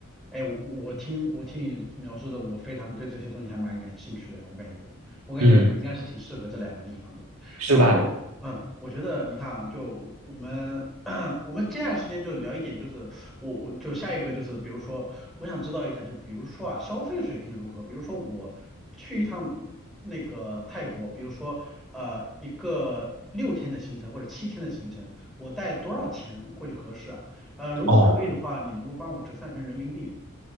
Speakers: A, in the centre; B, on the right (about 80°).
A: 哎，我我听我听你描述的，我非常对这些东西还蛮感兴趣的。我感觉，我感觉我应该是挺适合这两个地方的。
B: 嗯，是吧？
A: 然后呢，我嗯，我觉得你看啊，就我我们 <clears throat> 我们接下来时间就聊一点，就是我我就下一个就是，比如说我想知道一下，就比如说啊，消费水平如何？比如说我去一趟那个泰国，比如说呃一个六天的行程或者七天的行程，我带多少钱过去合适啊？呃，如果可以的话，
B: 哦。
A: 你能够帮我折算成人民币？